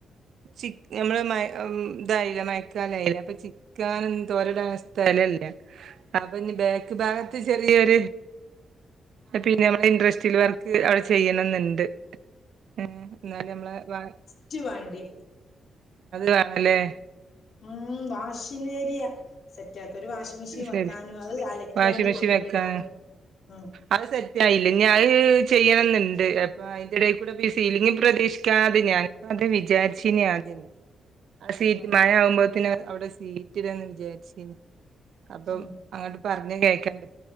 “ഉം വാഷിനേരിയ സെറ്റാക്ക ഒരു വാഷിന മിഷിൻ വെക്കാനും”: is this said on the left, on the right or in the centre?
Left